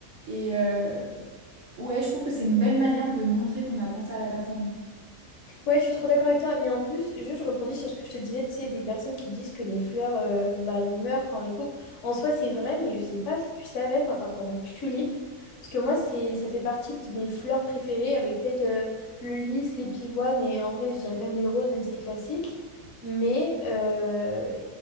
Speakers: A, on the right; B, on the left.
A: et euh, ouais je trouve que c'est une belle manière de montrer qu'on a pensé à la personne.
B: Ouais, je suis trop d'accord avec toi, mais en plus, juste je rebondis sur ce que je te disais, tu sais, des personnes qui disent que les fleurs, euh, bah, elles meurent quand on les coupe. En soi, c'est vrai, mais je sais pas si tu savais par rapport aux tulipes, parce que moi, c'est, ça fait partie de mes fleurs préférées, avec peut-être euh, le lys, les pivoines, et en vrai, je dirais quand même les roses, même si c'est classique. Mais euh,